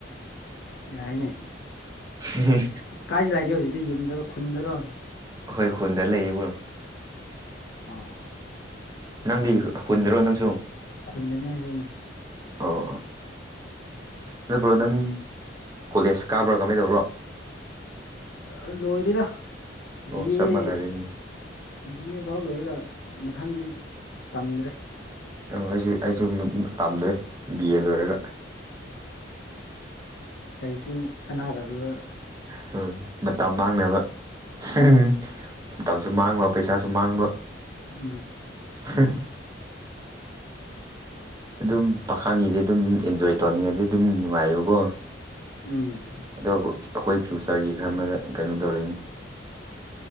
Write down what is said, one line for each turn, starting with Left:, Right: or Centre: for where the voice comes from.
Left: ꯌꯥꯏꯅꯦ
Right: ꯎꯝ
Left: ꯀꯥꯏꯁꯤ ꯂꯥꯛꯏꯒꯦ ꯍꯧꯖꯤꯛꯇꯤ ꯌꯨꯝꯗꯔꯣ ꯈꯨꯟꯗꯔꯣ
Right: ꯍꯈꯣꯏ ꯈꯨꯣꯟꯗ ꯂꯩꯌꯦꯕꯣ
Left: ꯑ
Right: ꯅꯪꯗꯤ ꯀꯨꯟꯗ꯭ꯔꯣ ꯅꯪꯁꯨ
Left: ꯈꯨꯟꯗꯅꯦ ꯁꯨꯝ
Right: ꯑꯣ꯫ ꯑꯗꯨ ꯕ꯭ꯔꯣ ꯅꯪ ꯀꯣꯂꯦꯖ ꯀꯥꯕ꯭ꯔꯥ ꯀꯃꯥꯏ ꯇꯧꯕ꯭ꯔꯣ꯫
Left: ꯑ ꯂꯣꯏꯔꯤꯗ
Right: ꯑꯣ
Left: ꯕꯤ
Right: ꯆꯞ
Left: ꯑꯦ
Right: ꯃꯥꯟꯅꯔꯦꯅꯦ
Left: ꯕꯤ ꯑꯦ ꯐꯥꯎ ꯂꯣꯏꯔꯒ ꯃꯊꯪꯗꯤ ꯇꯝꯗ꯭ꯔꯦ꯫
Right: ꯑꯣ ꯑꯩꯁꯨ ꯑꯩꯁꯨ <unintelligible> ꯇꯝꯗ꯭ꯔꯦ ꯕꯤ ꯑꯦ ꯂꯣꯏꯔꯒ꯫
Left: ꯀꯩꯁꯨ ꯀꯅꯥꯗꯕꯗꯨꯗ
Right: ꯁꫭꯏ ꯃꯇꯝ ꯃꯥꯡꯅꯕ꯫ <unintelligible>
Left: ꯎꯝ
Right: ꯃꯇꯝꯁꯨ ꯃꯥꯡꯕ ꯄꯩꯁꯥꯁꯨ ꯃꯥꯡꯕ꯫
Left: ꯎꯝ꯫
Right: <unintelligible> ꯑꯗꯨꯝ ꯄꯥꯈꯪꯒꯤꯗꯤ ꯑꯗꯨꯝ ꯑꯦꯟꯖꯣꯏ ꯇꯧꯅꯤꯡꯉꯗꯤ ꯑꯗꯨꯝ ꯅꯨꯡꯉꯥꯏꯌꯦꯕꯀꯣ꯫
Left: ꯎꯝ
Right: ꯑꯗꯣ ꯑꯩꯈꯣꯏ ꯐ꯭ꯌꯨꯆꯔꯒꯤ ꯈꯔ ꯑꯃꯗ ꯀꯩꯅꯣ ꯗꯧꯔꯤꯅꯤ꯫